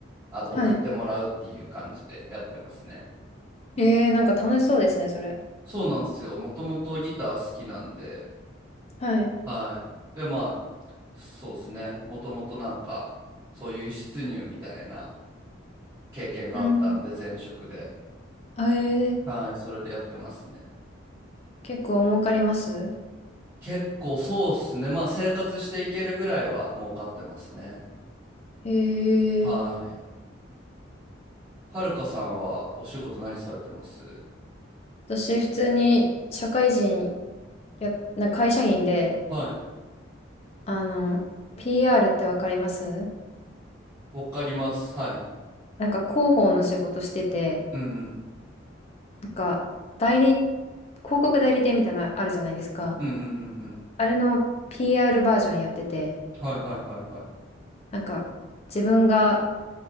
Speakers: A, on the right (about 20°); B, on the left (about 30°).
A: あの送ってもらうっていう感じでやってますね。
B: はい。えー、なんか楽しそうですね、それ。
A: そうなんですよ。もともとギター好きなんで、
B: はい。
A: はい。で、まあ、そうですね。もともとなんか、そういう輸出入みたいな経験があったんで、
B: うん。
A: 前職で。
B: あえー、
A: はい、それでやってますね。
B: 結構儲かります
A: 結構そうっすね。まあ生活していけるぐらいは儲かってますね。
B: え
A: はい。
B: ー、
A: はるかさんはお仕事何されてます
B: 私、普通に社会人や、な会社員で、
A: はい。
B: あの、PR ってわかります
A: わかります。はい。
B: なんか広報の仕事してて、
A: うんうん。
B: なんか、代理広告代理店みたいな、あるじゃないですか。
A: うんうんうんうん。
B: あれの PR バージョンやってて、
A: はいはいはいはい。
B: なんか、自分が